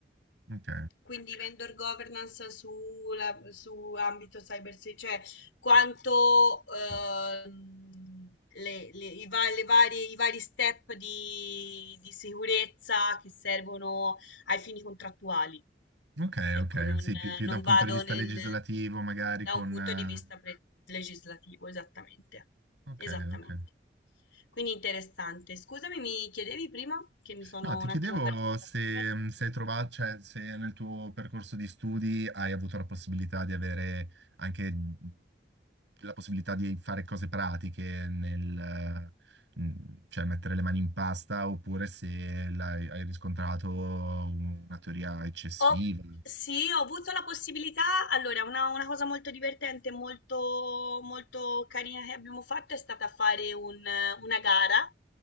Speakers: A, on the right; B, on the left.
A: ok,
B: Quindi vendor governance sulla- su ambito cyber security, cioè quanto ehm, le- le- i, va- le varie- i vari step di, di sicurezza che servono ai fini contrattuali.
A: ok,
B: Ecco,
A: ok.
B: non,
A: Sì, più, più
B: non
A: da un punto
B: vado
A: di vista
B: nel,
A: legislativo, magari
B: da
A: con...
B: un punto
A: eh,
B: di vista pre- legislativo, esattamente.
A: Ok,
B: Esattamente.
A: ok.
B: Quindi interessante. Scusami, mi chiedevi prima che mi sono
A: No, ti
B: un
A: chiedevo
B: attimo perso sulla
A: se,
B: server?
A: mh, se hai trovato, cioè se nel tuo percorso di studi hai avuto la possibilità di avere anche mhmm, la possibilità di fare cose pratiche nel, mh, cioè mettere le mani in pasta, oppure se l'hai- hai riscontrato una teoria eccessiva.
B: Ho sì, ho avuto la possibilità allora una una cosa molto divertente, molto molto carina che abbiamo fatto è stata fare un una gara